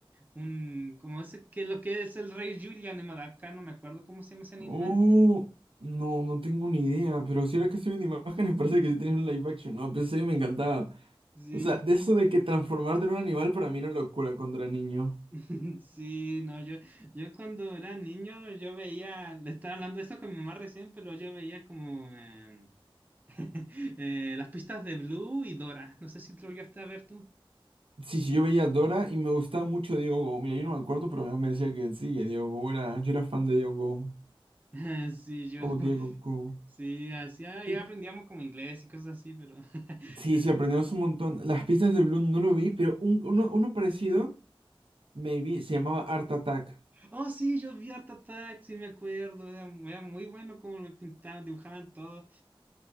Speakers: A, on the right; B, on the right.
A: un, como ese, que lo que es el rey Julian de Madagascar, no me acuerdo cómo se llama ese animal.
B: Oh, no, no tengo ni idea. Pero si ahora que estoy viendo imágenes, <laughs> parece que sí tienes un live action. No, pensé que me encantaba.
A: Sí,
B: O sea, de eso de que transformarte en un animal para mí era locura cuando era niño.
A: <laughs> sí, no, yo, yo cuando era niño, yo veía, le estaba hablando de eso con mi mamá recién, pero yo veía como eh, <laughs> eh, las pistas de Blue y Dora, no sé si lo llegaste a ver tú.
B: Sí, sí, yo veía a Dora y me gustaba mucho Diego Go. Mira, yo no me acuerdo, pero mi mamá me decía que sí, que Diego Go era. Yo era fan de Diego Go.
A: <laughs> Sí, yo,
B: Oh, Diego Go.
A: sí, hacía,
B: Y
A: ya aprendíamos como inglés y cosas así, pero <laughs>
B: sí, sí, aprendimos un montón. Las pistas de Bloom no lo vi, pero un- uno, uno parecido, maybe, se llamaba Art Attack.
A: Oh, sí, yo vi Art Attack, sí me acuerdo, era, era muy bueno como lo pintaban, dibujaban todo.